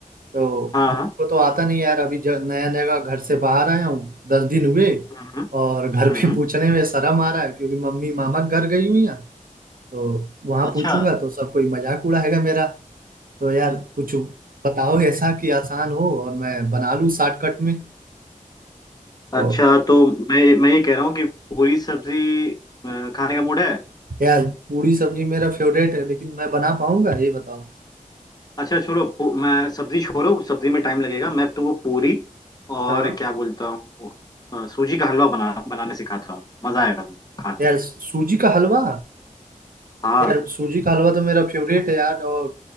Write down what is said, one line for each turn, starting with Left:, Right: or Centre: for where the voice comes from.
Right: तो
Left: हाँ
Right: मुझको
Left: हाँ
Right: तो आता नहीं यार अभी ज- नया नया घर से बाहर आया हूँ दस दिन हुए
Left: हम्म
Right: और
Left: हम्म
Right: घर पे
Left: हम्म।
Right: पूछने में शर्म आ रहा है क्योंकि मम्मी मामा के घर गई हुई हैं तो वहां
Left: अच्छा
Right: पूछूंगा तो सब कोई मजाक उड़ाएगा मेरा तो यार कुछ बताओ ऐसा कि आसान हो और मैं बना लूँ शॉर्टकट में तो
Left: अच्छा तो मैं मैं ये कह रहा हूँ कि पूरी सब्जी अ, खाने का मूड है
Right: यार पूरी सब्जी मेरा फेवरेट है लेकिन मैं बना पाऊंगा ये बताओ
Left: अच्छा छोड़ो पू- मैं सब्जी छोड़ो सब्जी में टाइम लगेगा मैं तुमको पूरी और
Right: हाँ
Left: क्या बोलता हूँ अ, सूजी का हलवा बना बनाने सिखाता हूँ मजा आएगा तुमको खा
Right: यार
Left: के
Right: सूजी का हलवा
Left: हाँ
Right: यार सूजी का हलवा तो मेरा फेवरेट है यार और